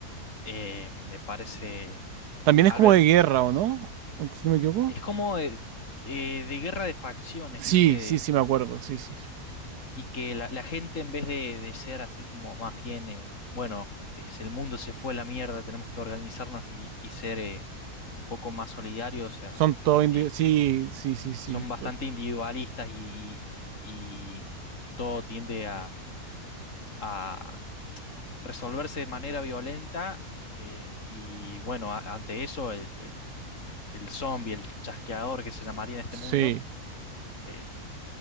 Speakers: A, on the left; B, on the right.
A: Eh, me parece...
B: También
A: A
B: es como
A: ver,
B: de guerra, ¿o no? Si no me equivoco.
A: Es como eh, eh, de guerra de facciones,
B: Sí,
A: ¿viste?
B: sí, sí, me acuerdo. Sí, sí. sí.
A: Y que la, la gente en vez de, de ser así como más bien, eh, bueno, es, el mundo se fue a la mierda, tenemos que organizarnos y, y ser eh, un poco más solidarios, eh,
B: Son todos
A: ante-
B: indi- Sí, sí, sí, sí.
A: son bastante
B: to-
A: individualistas y, y- y todo tiende a, a resolverse de manera violenta. eh, y bueno, a- ante eso, el, el, el zombie, el chasqueador que se llamaría en este
B: Sí.
A: mundo eh,